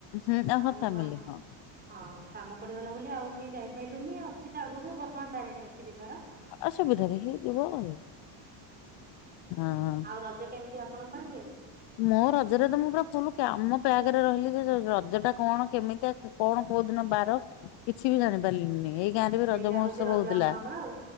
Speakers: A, on the left (about 60°); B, on the right (about 20°).
A: ହୁଁ ଆମ
B: ଆଉ
A: ଫ୍ୟାମିଲି
B: ଆଙ୍କର
A: ହଁ
B: ହଁ କାମ ପଡ଼ିଗଲା ବୋଲି ଆଉ କିଏ ଯାଇପାଇଲୁନି। ଅଛି ତ ଆଗକୁ ଘଟଗାଁ ତାରିଣୀ ଅଛି ଯିବାର।
A: ଆ, ସୁବିଧା ଦେଖିକି ଯିବ ଆଉ ହଁ, ହଁ।
B: ଆଉ ରଜ କେମିତି ଆପଣ ପାଳିଲେ?
A: ମୋ ରଜରେ ତ ମୁଁ ପୁରା ଫୁଲ କାମ ପ୍ୟାଗରେ ରହିଲି ଯେ ରଜ ଟା କଣ କେମିତି କଣ କୋଉ ଦିନ ବାର କିଛି ବି ଜାଣିପାରିଲିନି ଏଇ ଗାଁ ରେ ବି
B: ସେଇଟା
A: ରଜ ମହୋତ୍ସବ
B: ହଉଛି ରଜ
A: ହଉଥିଲା।
B: ଆପଣଙ୍କର ଆଉ